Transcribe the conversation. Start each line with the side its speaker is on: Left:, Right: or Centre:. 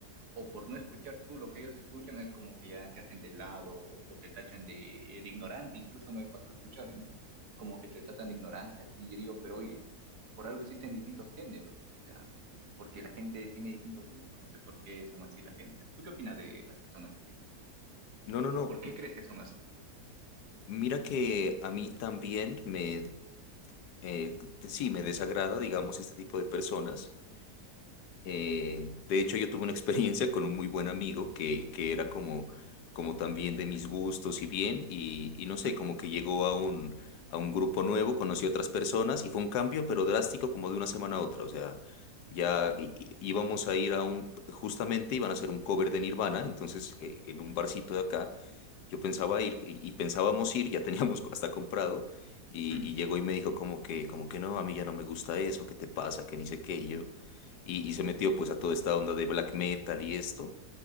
Right: o por no escuchar tú lo que ellos escuchan es como que ya te hacen de lado o te tachan de, de ignorante, incluso me pasó a escuchar, ¿eh? Como que te tratan de ignorante, así yo digo, pero oye. por algo existen distintos géneros, o sea, porque la gente tiene distintos gustos, no sé por qué son así la gente. ¿Tú qué opinas de las personas así?
Left: No, no,
Right: ¿O
Left: no.
Right: por qué crees que son así?
Left: Mira que a mí también me, eh, sí, me desagrada, digamos, este tipo de personas Eh, de hecho, yo tuve una experiencia con un muy buen amigo que, que era como, como también de mis gustos y bien, y, y no
Right: Ujú.
Left: sé, como que llegó a un, a un grupo nuevo, conoció otras personas y fue un cambio, pero drástico como de una semana a otra. O sea, ya i- i- íbamos a ir a un, justamente iban a hacer un cover de Nirvana, entonces eh, en un barcito de acá, yo pensaba ir y, y pensábamos ir, ya teníamos <laughs> hasta comprado, y,
Right: Mm.
Left: y llegó y me dijo como que, como que no, a mí ya no me gusta eso, ¿qué te pasa? Que ni sé qué, y yo y, y se metió pues a toda esta onda de black metal y esto,